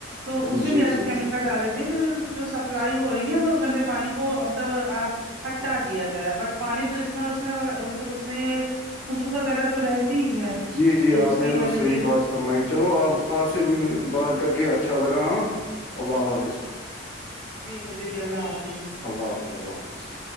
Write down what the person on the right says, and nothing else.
تو
اس میں بھی ایسے
کیمیکل ڈال دیتے ہیں کہ جو سپلائی ہو رہی ہے وہ گندے پانی کو مطلب آ ہٹا دیا جائے بٹ پانی تو اس میں اس میں مطلب اس میں خوشبو وغیرہ تو رہتی ہی ہے
جو
اس
کی
گندگی
ہے
جی مجھے بھی اللہ حافظ